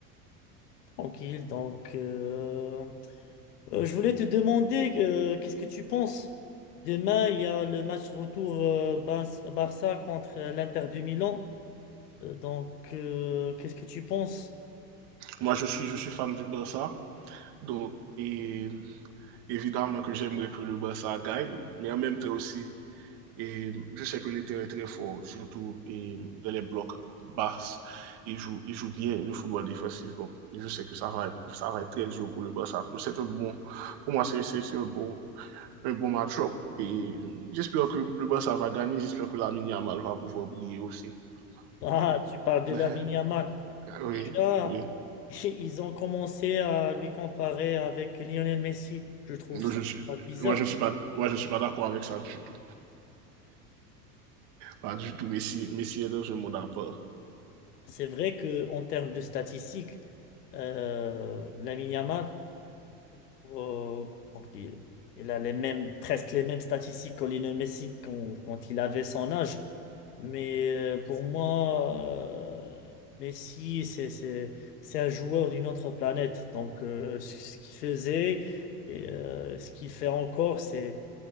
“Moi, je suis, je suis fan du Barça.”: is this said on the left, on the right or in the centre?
Right